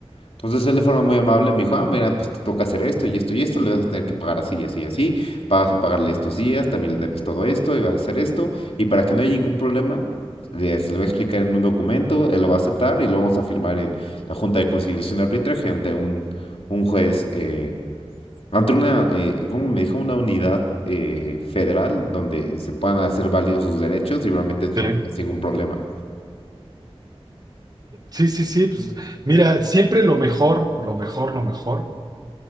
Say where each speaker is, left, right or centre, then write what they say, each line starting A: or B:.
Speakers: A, on the left; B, on the right.
A: Entonces él de forma muy amable me dijo, ah, mira, pues te toca hacer esto y esto y esto, le vas a tener que pagar así y así y así, vas a pagarle estos días, también le debes todo esto y vas a hacer esto, y para que no haya ningún problema, le- se le va a explicar en un documento, él lo va a aceptar y lo vamos a firmar en la Junta de Conciliación y Arbitraje ante un, un juez, eh, ante una, eh, ¿cómo me dijo? Una unidad eh, federal donde se puedan hacer válidos sus derechos y realmente tú
B: sí,
A: no tengas ningún problema.
B: sí, sí, sí, pues mira, siempre lo mejor, lo mejor, lo mejor